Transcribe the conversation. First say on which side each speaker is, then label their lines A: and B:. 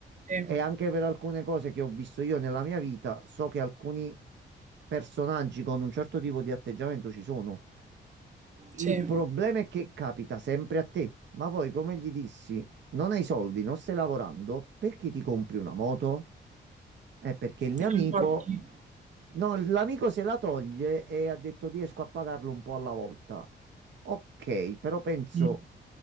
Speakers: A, on the right; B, on the right.
A: Sì,
B: e anche per alcune cose che ho visto io nella mia vita, so che alcuni personaggi con un certo tipo di atteggiamento ci sono. Il
A: sì,
B: problema è che capita sempre a te. Ma poi, come gli dissi, non hai soldi, non stai lavorando, perché ti compri una moto? Eh, perché il mio
A: Eh,
B: amico,
A: infatti.
B: no, l'amico se la toglie e ha detto riesco a pagarlo un po' alla volta. Ok, però penso,
A: Mm.